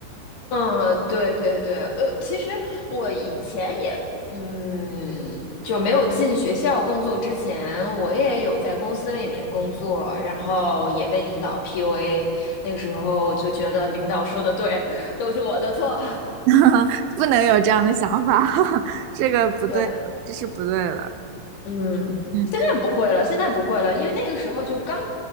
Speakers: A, on the left; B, on the right.
A: 嗯，对对对，呃，其实我以前也，嗯，就没有进学校工作之前，我也有在公司里面工作，然后也被领导 PUA，那个时候就觉得领导说的对，<laughs> 都是我的错，
B: <laughs> 不能有这样的想法，<laughs>
A: <laughs>
B: 这个不对，
A: 对。
B: 这是不对的。
A: 嗯，
B: 嗯
A: 现在不会了，现在不会了，因为那个时候就刚，